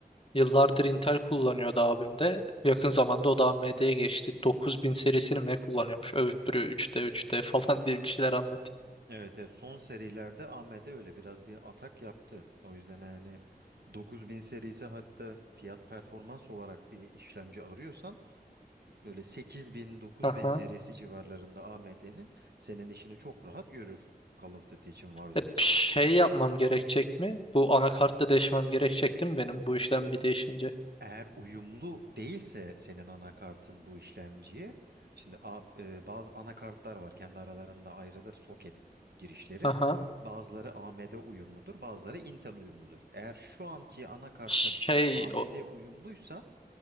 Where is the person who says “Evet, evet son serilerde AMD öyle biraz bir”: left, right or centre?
Right